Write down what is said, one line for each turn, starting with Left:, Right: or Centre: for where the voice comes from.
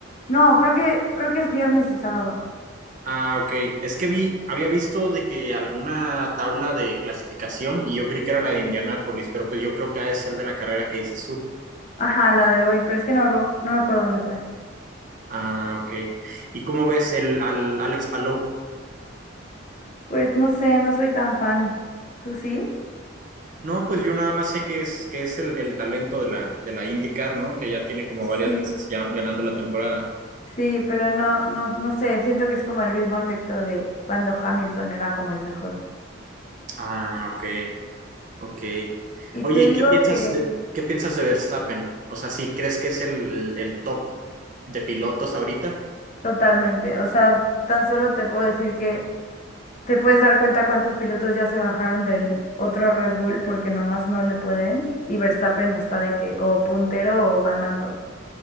Left: No, creo que, creo que es viernes y sábado.
Right: Ah, ok. Es que vi, había visto de que alguna tabla de clasificación y yo creí que era la de Indianápolis, pero pues yo creo que ha de ser de la carrera que dices tú.
Left: Ajá, la de hoy, pero es que no me acuerdo, no me acuerdo dónde fue.
Right: Ah, ok. ¿Y cómo ves el, al Alex Palou?
Left: Pues no sé, no soy tan fan. ¿Tú sí?
Right: No, pues yo nada más sé que es, que es el, el talento de la, de la IndyCar, ¿no? Que ya tiene como varias
Left: Sí,
Right: veces ya ganando la temporada.
Left: sí, pero no, no, no sé, siento que es como el mismo efecto de cuando Hamilton era como el mejor.
Right: Ah, ok, ok.
Left: Y
Right: Oye,
Left: te
Right: ¿y
Left: digo
Right: qué piensas
Left: que
Right: de, qué piensas de Verstappen? O sea, ¿sí crees que es el, el el top de pilotos ahorita?
Left: totalmente, o sea, tan solo te puedo decir que te puedes dar cuenta cuántos pilotos ya se bajaron del otro Red Bull porque nomás no le pueden y Verstappen está de que o puntero o ganando.